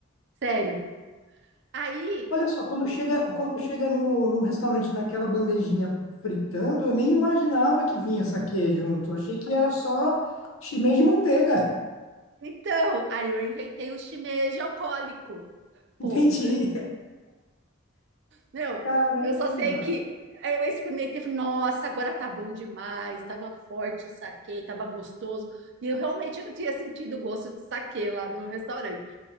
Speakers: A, on the right (about 55°); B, on the left (about 80°).
A: Sério. Aí,
B: Olha só, quando chega, quando chega no, no restaurante naquela bandejinha fritando, eu nem imaginava que vinha saquê junto. Eu Achei que era só chimê de manteiga.
A: então, aí eu inventei o shimeji alcoólico.
B: <laughs> Entendi.
A: Pô, meu,
B: Caramba.
A: eu só sei que aí eu experimentei, falei, nossa, agora tá bom demais, tava forte o saquê, tava gostoso. E eu realmente não tinha sentido o gosto de saquê lá no restaurante.